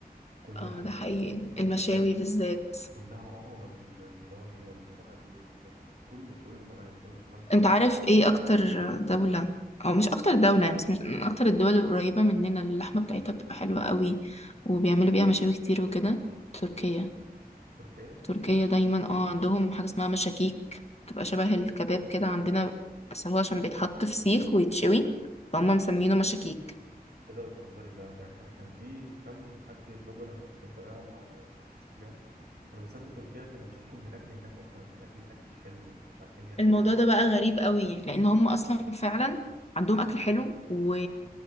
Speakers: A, on the right; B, on the left.
A: كلها
B: اه ده حقيقي المشاوي
A: آه،
B: بالذات
A: كلها اه الضاني والبقري والجاموسي كله كله تمام كله تمام معايا
B: انت عارف ايه اكتر دولة او مش اكتر دولة يعني بس مش من اكتر الدول القريبة مننا اللي اللحمة بتاعتها بتبقى حلوة قوي وبيعملوا بيها مشاوي كتير وكده تركيا
A: تركيا
B: تركيا دايما اه عندهم حاجة اسمها مشاكيك بتبقى شبه الكباب كده عندنا بس هو عشان بيتحط في سيخ ويتشوي فهم مسمينه مشاكيك
A: ايه ده بتهزري ده ده انا كان في كم حد بلوجر انا كنت متابعهم على انستجرام كانوا بيسافروا تركيا كانوا بيشتكوا من الاكل هناك اصلا ان الاكل هناك مش حلو مش عارفين ياكلوا
B: الموضوع ده بقى غريب قوي لان هم اصلا فعلا عندهم اكل حلو و...